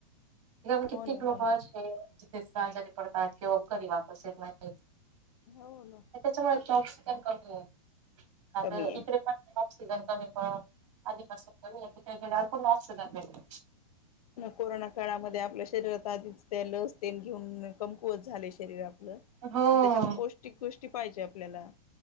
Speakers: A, on the right (about 55°); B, on the left (about 80°).
A: <inaudible>
B: हो
A: कित्येक
B: ना
A: लोक
B: हो ना
A: अशी आहेत ती आजारी पडतात किंवा कधी वापस येत नाही
B: हो ना
A: त्याच्यामुळे ऑक्सिजन कमी आहे आपल्या
B: कमी
A: इकडे
B: आहे
A: पण ऑक्सिजन कमी पण आधीपासून कमी तिथे गेल्यावर पुन्हा ऑक्सिजन भेट
B: कोरोना काळामध्ये आपल्या शरीरात आधीच त्या लस ते घेऊन कमकुवत झाले शरीर आप ल
A: हो.
B: त्याच्यात पौष्टिक गोष्टी पाहिजे आपल्याला